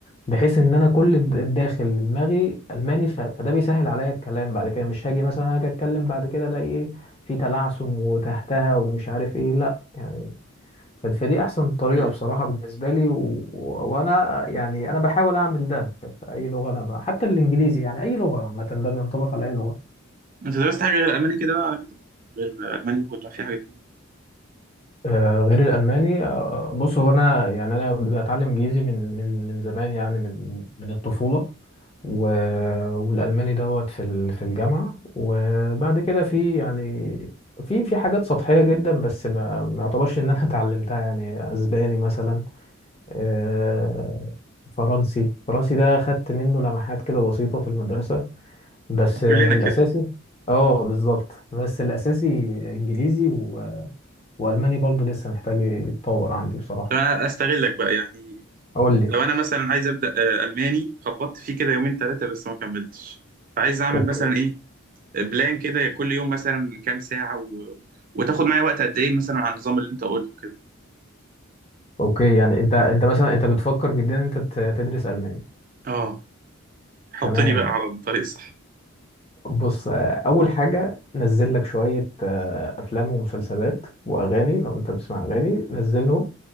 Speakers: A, on the left; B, on the right.
A: بحيث ان انا كل الد- الداخل دماغي الماني ف... فده بيسهل عليا الكلام بعد كده مش هاجي مثلا هاجي اتكلم بعد كده الاقي ايه في تلعثم وتهتها ومش عارف ايه لا يعني ف- فدي احسن طريقه
B: مم.
A: بصراحه بالنسبه لي و... و... وانا يعني انا بحاول اعمل ده في في اي لغه انا بقى. حتى الانجليزي يعني اي لغه عامه ده بينطبق على اي لغه
B: انت درست حاجه غير الماني كده بقى على كده غير الماني ولا في حاجه تانية؟
A: آه غير الالماني آه بص هو انا يعني انا بتعلم انجليزي من من من زمان يعني من من الطفوله و... والالماني دوت في ال... في الجامعه وبعد كده في يعني في في حاجات سطحيه جدا بس ما ما اعتبرش ان انا <laughs> اتعلمتها يعني اسباني مثلا آه، فرنسي فرنسي ده خدت منه لمحات كده بسيطة في المدرسة بس
B: كلنا
A: آه، الأساسي
B: كده
A: اه بالظبط بس الأساسي إنجليزي و... وألماني برضو لسه محتاج يتطور عندي بصراحة
B: طب انا استغلك بقى يعني
A: أقول لي
B: لو انا مثلا عايز ابدا آه، الماني خبطت فيه كده يومين ثلاثه بس ما كملتش فعايز اعمل
A: اوكي
B: مثلا ايه بلان كده كل يوم مثلا كام ساعه و... وتاخد معايا وقت قد ايه مثلا على النظام اللي انت قلته كده
A: اوكي يعني انت انت مثلا انت بتفكر جدا ان انت ت- تدرس الماني
B: اه حطني
A: تمام
B: بقى على الطريق الصح
A: بص آه، اول حاجه نزل لك شويه آه، افلام ومسلسلات واغاني لو انت بتسمع اغاني نزلهم